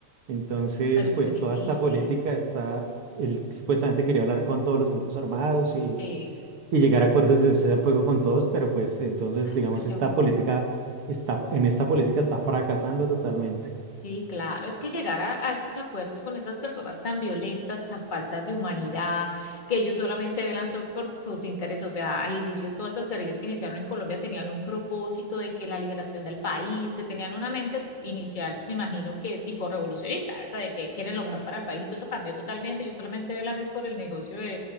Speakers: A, on the right; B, on the left.
A: entonces
B: Pero es
A: pues
B: muy difícil.
A: toda esta política está, él supuestamente quería hablar con todos los grupos armados y
B: Sí,
A: llegar a acuerdos de cesar el fuego con todos, pero pues entonces,
B: ah,
A: digamos,
B: es que sí,
A: esta política está, en esta política está fracasando totalmente.
B: sí, claro, es que llegar a, a esos acuerdos con esas personas tan violentas, tan faltas de humanidad, que ellos solamente velan so- por sus intereses, o sea, al inicio todas esas guerrillas que iniciaron en Colombia tenían un propósito de que la liberación del país, que tenían una mente inicial, me imagino que tipo revolucionista, esa de que quieren lo mejor para el país y todo eso cambió totalmente, ellos solamente velan es por el negocio